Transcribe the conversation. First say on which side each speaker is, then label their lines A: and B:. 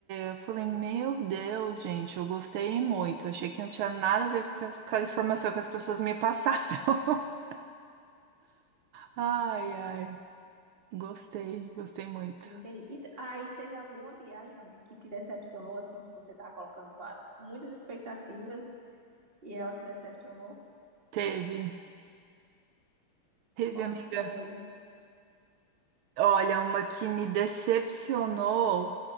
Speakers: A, on the right (about 80°); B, on the right (about 25°).
A: eu falei, meu Deus, gente, eu gostei muito. Achei que não tinha nada a ver com a, com a informação que as pessoas me passaram. <laughs> Ai, ai, gostei, gostei muito.
B: Entendi. E te- aí teve alguma viagem, amiga, que te decepcionou, assim, tipo, você tava colocando va- muitas expectativas E ela te decepcionou?
A: Teve, teve,
B: Qual
A: amiga.
B: foi?
A: Olha, uma que me decepcionou